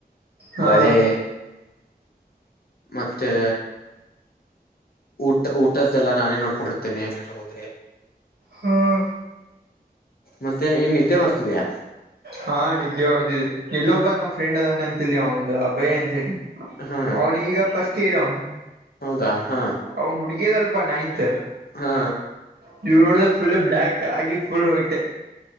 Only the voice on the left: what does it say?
ಬಳೆ. ಮತ್ತೆ. ಊಟ ಊಟದ್ದೆಲ್ಲಾ ನಾನೇ ನೋಡ್ಕೊಂಡಿರ್ತೇನೆ ಎಲ್ಲಿರ ಹೋದ್ರೆ.
ಮತ್ತೆ ಏನ್ ನಿದ್ದೆ ಬರ್ತಿದಯಾ.
ಹಾ
ಹೌದಾ ಹಾ.
ಹಾ.